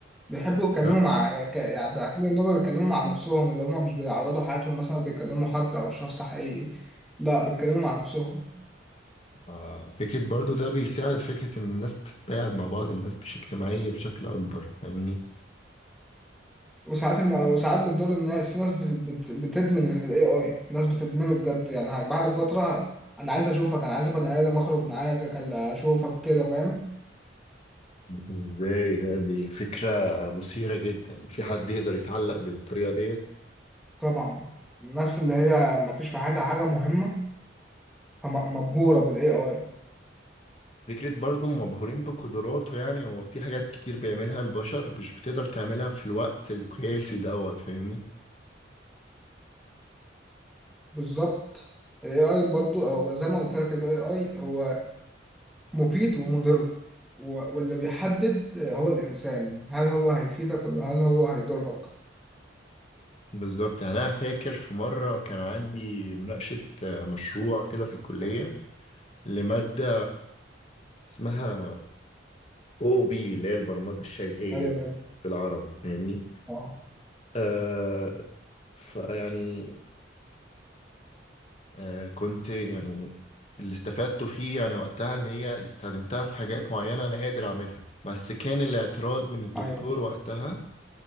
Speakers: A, in the centre; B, on the left.
A: بيحبوا يتكلموا
B: لا
A: مع ك... يعني بيعتبروا ان هم بيتكلموا مع نفسهم اللي هم مش بيعرضوا حياتهم مثلا بيكلموا حد او شخص حقيقي لا بيتكلموا مع نفسهم
B: آه، فكرة برضو ده بيساعد فكرة إن الناس تتقاعد مع بعض الناس مش اجتماعية بشكل أكبر فاهمني
A: وساعات إن وساعات بتضر الناس في ناس بت... بت... بتدمن ال AI في ناس بتدمنه بجد يعني ه- بعد فترة ه- أنا عايز أشوفك أنا عايز أبقى آدم أخرج معاك أكل- أشوفك كده فاهم
B: ازاي ده دي فكرة مثيرة جدا في حد يقدر يتعلق بالطريقة ديت
A: طبعا الناس اللي هي مفيش في حياتها حاجة مهمة فم- مبهورة بال AI
B: فكرة برضو مبهورين بقدراته يعني هو في حاجات كتير بيعملها البشر مش بتقدر تعملها في الوقت القياسي دوت فاهمني
A: بالظبط ال AI برضو أو زي ما قلت لك ال AI هو مفيد ومضر و- واللي بيحدد هو الإنسان هل هو هيفيدك ولا هل هو هيضرك
B: بالظبط يعني أنا فاكر في مرة كان عندي مناقشة آه، مشروع كده في الكلية لمادة اسمها او بي اللي هي البرمجه الشيئيه
A: أيوه
B: بال-
A: أيوه
B: بالعربي فاهمني
A: أه
B: آه فيعني آه كنت يعني اللي استفدته فيه يعني وقتها ان هي استخدمتها في حاجات معينه انا قادر اعملها بس كان الاعتراض من الدكتور
A: أيوه
B: وقتها